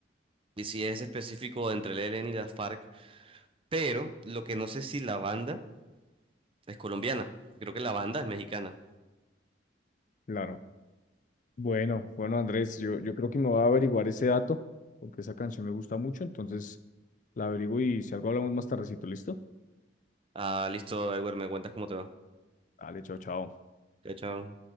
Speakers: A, on the right; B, on the left.
A: y si es específico entre el ELN y las FARC, Pero lo que no sé si la banda es colombiana. Creo que la banda es mexicana.
B: Claro. Bueno, bueno, Andrés, yo, yo creo que me voy a averiguar ese dato, porque esa canción me gusta mucho, entonces la averiguo y si algo hablamos más tardecito, ¿listo?
A: Ah, listo, Edward, me cuentas cómo te va.
B: Dale, chao, chao.
A: Chao, chao.